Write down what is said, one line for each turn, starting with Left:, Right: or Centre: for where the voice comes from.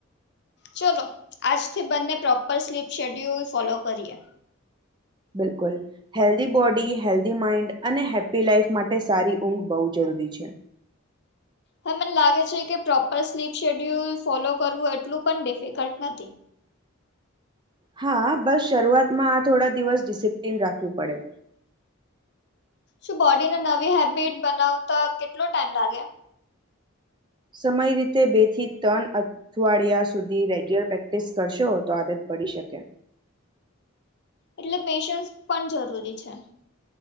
Left: ચલો આજથી બંને પ્રોપર સ્લીપ શેડ્યુલ ફોલો કરીએ.
Right: બિલકુલ હેલ્ધી બોડી હેલ્ધી માઇન્ડ અને હેપી લાઈફ માટે સારી ઊંઘ બહુ જરૂરી છે.
Left: હા મને લાગે છે કે પ્રોપર સ્લીપ શેડ્યુલ ફોલો કરવું એટલું પણ ડિફિકલ્ટ નથી.
Right: હા બસ શરૂઆતમાં આ થોડા દિવસ ડિસિપ્લીન રાખવું પડે.
Left: શું બોડીને નવી હેબિટ બનાવતા કેટલો ટાઈમ લાગે
Right: સમય રીતે બે થી ત્રણ અવાડિયા સુધી રેગ્યુલર પ્રેક્ટિસ કરશો તો આદત પડી શકે
Left: એટલે પેશન્સ પણ જરૂરી છે.